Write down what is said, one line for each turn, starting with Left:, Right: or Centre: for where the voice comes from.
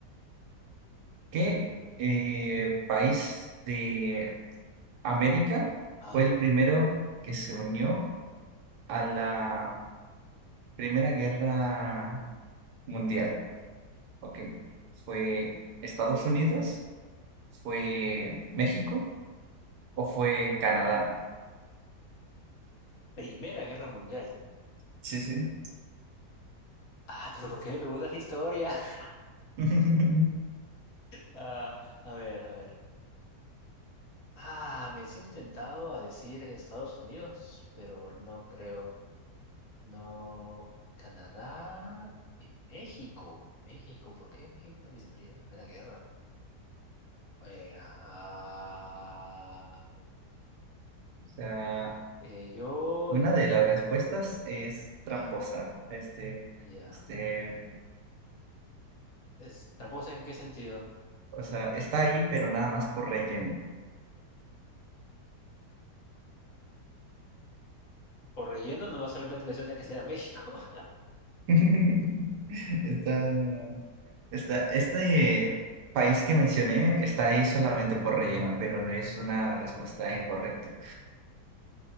Right: ¿Qué eh, país de América
Left: Ajá.
Right: fue el primero que se unió a la Primera Guerra Mundial? Ok. ¿Fue Estados Unidos? ¿Fue México? ¿O fue Canadá?
Left: Primera Guerra Mundial.
Right: Sí, sí.
Left: Ah, pero ¿por qué me preguntas historia? <laughs>
Right: <laughs>
Left: Ah, a ver, a ver. Ah, me siento tentado a decir Estados Unidos, pero no creo. No. Canadá y México. México, ¿por qué México participaría en la Primera Guerra? Eh, ah,
Right: O sea,
Left: Eh, yo
Right: una
Left: diría,
Right: de las respuestas es tramposa.
Left: ah,
Right: Este,
Left: ya,
Right: este,
Left: es ¿Tramposa en qué sentido?
Right: o sea, está ahí, pero nada más por relleno.
Left: Por relleno, nomás solamente me suena que sea México. <laughs>
Right: <laughs> Está. Esta- este eh, país que mencioné está ahí solamente por relleno, pero no es una respuesta incorrecta.